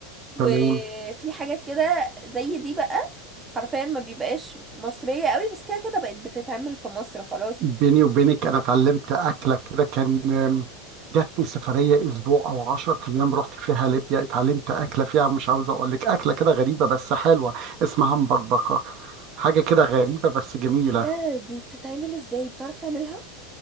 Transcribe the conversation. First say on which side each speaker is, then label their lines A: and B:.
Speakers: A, on the right; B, on the right.
A: وفي
B: تمام
A: حاجات كده زي دي بقى حرفيا ما بيبقاش مصرية قوي بس كده كده بقت بتتعمل في مصر خلاص
B: بيني وبينك انا اتعلمت اكله كده كان آم، جاتني سفريه اسبوع او 10 ايام رحت فيها ليبيا اتعلمت اكله فيها مش عاوز اقول لك اكله كده غريبه بس حلوه اسمها مبكبكه حاجه كده غريبه بس جميله
A: ايه ده دي بتتعمل ازاي بتعرف تعملها